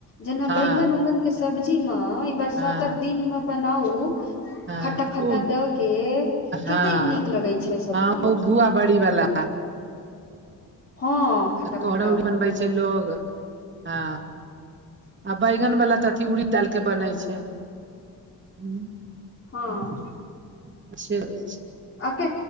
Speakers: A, on the left; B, on the right.
A: जेना
B: हँ
A: बैंगन उंगन के सब्जी में बरसातक
B: हँ
A: दिनमे बनाउ
B: हँ
A: खट्टा खट्टा
B: ओ
A: दऽ के
B: हँ
A: कतेक नीक लगै छैय सब्जी
B: हँ ओ
A: आर
B: भुआ बड़ी वाला
A: हँ खट्टा
B: कोरगौर
A: खट्टा
B: बनबै छैय लोग। हँ आ बैगन बाला तऽ अथी उड़ीद दाल के बनबै छैय। हूं
A: हँ
B: हूं से <unintelligible>
A: आ के